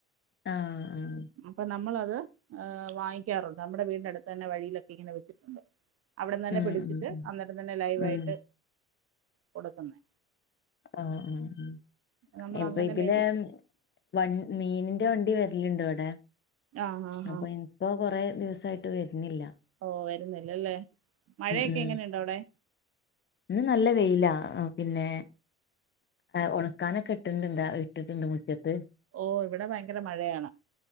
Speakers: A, on the left (about 35°); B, on the right (about 45°).
A: ആഹ് ആഹ്
B: അപ്പം നമ്മളത് ആഹ് വാങ്ങിക്കാറൊണ്ട്. അമ്മുടെ വീടിന്റെടുത്ത് തന്നെ വഴിയിലൊക്കെ ഇങ്ങനെ വെച്ചിട്ടൊണ്ട്. അവിടന്നന്നെ
A: ഉം
B: പിടിച്ചിട്ട്
A: ഉം ഉം
B: അന്നേരം തന്നെ ലൈവായിട്ട്
A: ഉം
B: കൊട്ക്കുന്നേ
A: ആഹ് ആഹ് ഉം
B: നമ്മൾ
A: ഇപ്പ
B: അങ്ങനെ
A: ഇതിലേ
B: മേടിച്ചു
A: വൺ മീനിന്റെ വണ്ടി വര്ല്ണ്ട് ഇവടെ
B: ആഹ് ആഹ്
A: അപ്പൊ
B: ആഹ്
A: എൻ ഇപ്പൊ കൊറേ ദിവസായിട്ട് വര്ന്നില്ല.
B: ഓഹ് വരുന്നില്ലല്ലേ മഴയെക്കെ
A: ഉം
B: എങ്ങനെണ്ട് അവ്ടെ
A: ഇന്ന് നല്ല വെയിലാ ആഹ് പിന്നെ ആഹ് ഒണക്കാനൊക്കെ ഇട്ട്ണ്ടണ്ട് ഇട്ടിട്ടൊണ്ട് മുറ്റത്ത്
B: ഓ ഇവിടെ ഭയങ്കര മഴയാണ്